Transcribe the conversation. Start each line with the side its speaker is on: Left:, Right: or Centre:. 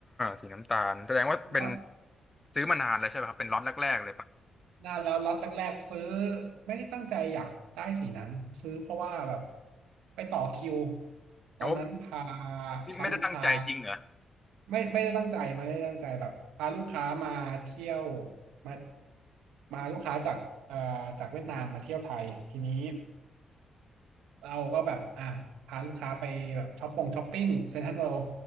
Left: สีน้ำตาลแสดงว่าเป็น
Right: ก็
Left: ซื้อมานานแล้วใช่ไหมครับเป็นล็อตแรกๆเลยปะ
Right: น่าแล้วล็อตแรกๆซื้อไม่ได้ตั้งใจอยากได้สีนั้นซื้อเพราะว่าแบบไปต่อคิวตอนนั้นพา
Left: โอ้พี่ไม่ได้ตั้งใจจริงเหรอ
Right: พาลูกค้าไม่ไม่ได้ตั้งใจมาไม่ได้ตั้งใจแบบพาลูกค้ามาเที่ยวมามาลูกค้าจากเอ่อจากเวียดนามมาเที่ยวไทยทีนี้เราก็แบบอ่ะพาลูกค้าไปแบบช้อปปงช้อปปิ้งเซ็นทรัลเวิลด์